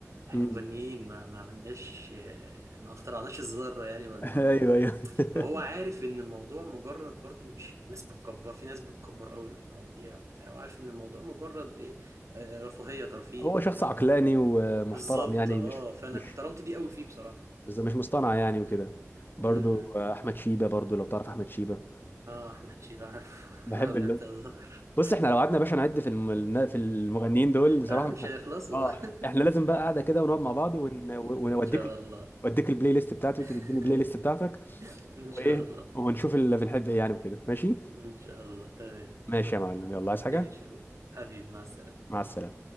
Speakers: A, on the right; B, on the left.
A: احنا
B: مم.
A: مغنيين ما, ما عملناش آه، ما اخترعناش الذرة يعني ولا
B: <laughs>
A: هو
B: ايوه
A: فاهم
B: ايوه <laughs>
A: فهو عارف ان الموضوع مجرد برضو مش الناس بتكبر في ناس بتكبر قوي المواضيع وبتاع وعارف ان الموضوع مجرد ايه آه، رفاهية ترفيه
B: هو
A: فاهم
B: شخص عقلاني ومحترم
A: بالظبط
B: يعني
A: اه
B: مش
A: فانا
B: مش
A: احترمت دي قوي فيه بصراحة
B: بس مش مصطنع يعني وكده
A: امم
B: برضو
A: إمم، إمم.
B: احمد شيبة برضو لو تعرف احمد شيبة
A: اه احمد شيبة عارف <laughs>
B: بحب
A: لو لعبت
B: اللون
A: هزار
B: بص احنا لو قعدنا يا باشا نعد في الم... في المغنيين دول بصراحة
A: اه مش
B: مش هن-
A: هيخلصوا
B: اه
A: <laughs>
B: احنا لازم بقى قاعدة كده ونقعد مع بعض ون... ونوديك
A: ان شاء الله
B: وديك البلاي ليست بتاعتي وانت
A: <laughs>
B: تديني البلاي ليست بتاعتك
A: ان
B: وايه
A: شاء الله
B: ونشوف اللي بنحب ايه يعني وكده ماشي
A: ان شاء الله تمام
B: ماشي يا معلم يلا عايز حاجة
A: ايش يا أبو- حبيبي مع السلامة
B: مع السلامة